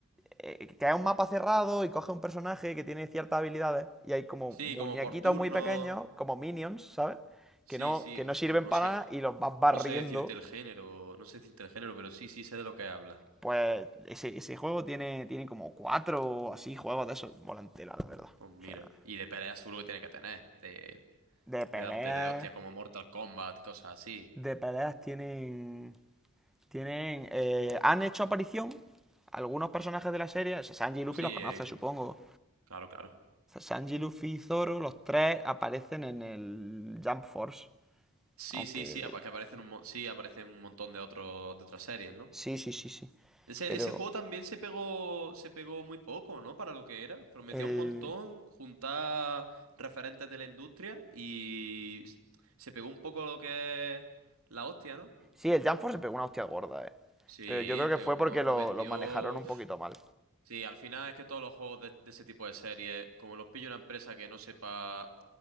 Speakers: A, in the centre; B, on the right.
A: eh, que es un mapa cerrado y coge un personaje que tiene ciertas habilidades y hay como
B: Sí,
A: muñequitos
B: como por turno.
A: muy pequeños, como minions, ¿sabes?
B: Sí,
A: Que no,
B: sí,
A: que
B: pues
A: no sirven
B: no
A: para
B: sé,
A: nada y los vas barriendo.
B: no sé decirte el género, no sé decirte el género, pero sí, sí sé de lo que hablas.
A: Pues ese, ese juego tiene, tiene como cuatro así juegos de esos. Volantela, la verdad.
B: Pues mira,
A: O sea,
B: y de pelea seguro que tiene que tener, de,
A: de peleas.
B: de darte de hostias como Mortal Kombat y cosas así.
A: De peleas tienen. Tienen. eh, han hecho aparición algunos personajes de la serie. Sanji y Luffy
B: Sí,
A: los conoces,
B: en...
A: supongo.
B: Claro, claro.
A: Sanji, Luffy y Zoro, los tres aparecen en el Jump Force.
B: Sí,
A: Aunque.
B: sí, sí, apa- que aparecen un, mo- sí, aparecen un montón de otros de otras series, ¿no?
A: Sí, sí, sí, sí.
B: Ese,
A: Pero.
B: ese juego también se pegó, se pegó muy poco, ¿no? Para lo que era. Prometió
A: El...
B: un montón juntar referentes de la industria y s- se pegó un poco lo que es la hostia, ¿no?
A: Sí, el Jump Force se pegó una hostia gorda, eh.
B: Sí,
A: Pero yo creo que
B: pero
A: fue
B: no,
A: porque
B: no
A: lo,
B: vendió.
A: lo manejaron un poquito mal.
B: Sí, al final es que todos los juegos de, de ese tipo de series, como los pilla una empresa que no sepa,